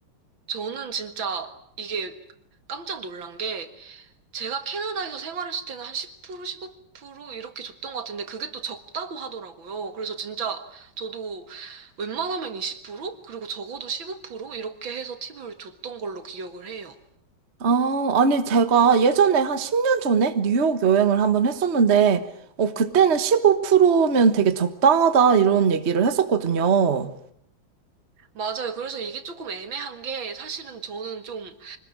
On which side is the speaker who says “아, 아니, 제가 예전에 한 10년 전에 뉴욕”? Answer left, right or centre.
Right